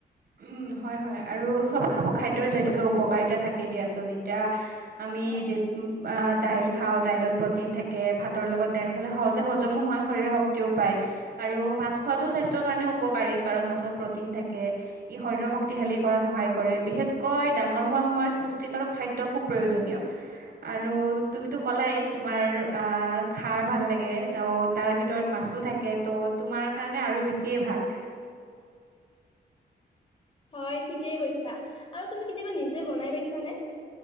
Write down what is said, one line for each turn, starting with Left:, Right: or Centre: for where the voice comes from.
Right: উম, হয়, হয়, আৰু চব খ খাদ্যৰ যিহেতুকে উপকাৰীতা থাকে দিয়াচোন এতিয়া আমি
Left: হয়
Right: যে দাইল খাওঁ দাইলত প্ৰটিন থাকে, ভাতৰ লগত দাইল খালে সহজে হজমো হয়, শৰৰে শক্তিও পায়। আৰু মাছ খোৱাাতো স্বাস্থ্যৰ কাৰণে উপকাৰী কাৰণ মাছত প্ৰটিন থাকে। ই শৰীৰৰ শক্তিশালী কৰাত সহায় কৰে, বিশেষকৈ ডাঙৰ হোৱা সময়ত পুষ্টিকৰক খাদ্য খুব প্ৰয়োজনীয় আৰু তুমিতো ক'লাই তোমাৰ আহ খাৰ ভাল লাগে, ত তাৰ ভিতৰত মাছো থাকে, ত' তোমাৰ কাৰণে আৰু বেছিয়ে ভাল।
Left: হয়, ঠিকেই কৈছা আৰু তুমি কেতিয়াবা নিজে বনাই পাইছানে?